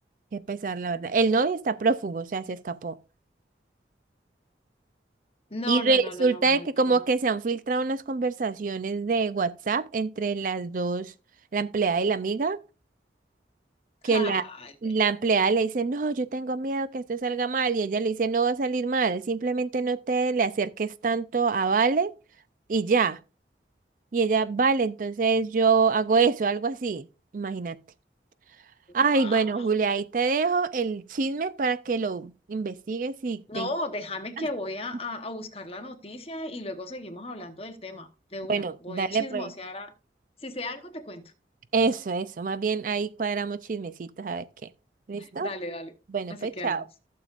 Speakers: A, on the right; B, on the left.
A: qué pesar, la verdad. El novio está prófugo, o sea, se escapó.
B: no,
A: Y
B: no,
A: resulta
B: no, no, no, muy
A: de que
B: tremendo.
A: como que se han filtrado unas conversaciones de WhatsApp entre las dos, la empleada y la amiga,
B: <laughs>
A: que la,
B: Ay,
A: la
B: ve,
A: empleada le dice, no, yo tengo miedo que esto salga mal, y ella le dice, no va a salir mal, simplemente no te le acerques tanto a Vale y ya. Y ella, vale, entonces yo hago eso, algo así, imagínate. Ay,
B: guau.
A: bueno, Julia, ahí te dejo el chisme para que lo investigues y
B: No,
A: te...
B: déjame
A: <laughs>
B: que voy a, a a buscar la noticia y luego seguimos hablando del tema. De
A: Bueno,
B: una, voy
A: dale
B: a chismosear
A: pues.
B: a... Si sé algo, te cuento.
A: Eso, eso, más bien ahí cuadramos chismecitos a ver qué. ¿Listo?
B: Dale, dale.
A: Bueno,
B: Así
A: pues
B: que
A: chao.
B: vamos.